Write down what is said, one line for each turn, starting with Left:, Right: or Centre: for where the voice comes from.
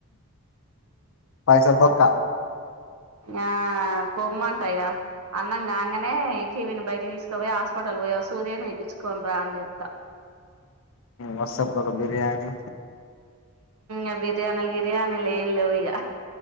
Left: పైసలు బొక్క
Right: ఆ పోమ్మంటాయ్యా అన్నం కాంగానే కివిని బయట తీసుకపో హాస్పిటల్ తొలుక పోయి ఒక సూది అయిన వేయించుకొని రా అని చెప్తా
Left: వస్తసప్పుడు ఒక బిర్యానీ
Right: ఇ బిర్యానీలు బిర్యానీ లేం లేవు ఇక